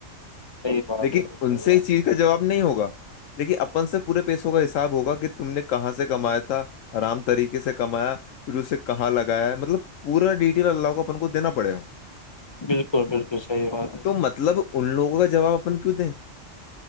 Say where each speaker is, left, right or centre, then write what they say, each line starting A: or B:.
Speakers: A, on the left; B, on the left.
A: صحیح بات
B: لیکن
A: ہے جی
B: ان سے اس چیز کا جواب نہیں ہوگا لیکن اپن سے پورے پیسوں کا حساب ہوگا کہ تم نے کہاں سے کمایا تھا آرام طریقے سے کمایا پھر اسے کہاں لگایا مطلب پورا ڈیٹیل اللہ کو کو دینا پڑے گ
A: بالکل بالکل صحیح بات ہے جی
B: تو مطلب ان لوگوں کا جواب اپن کیوں دیں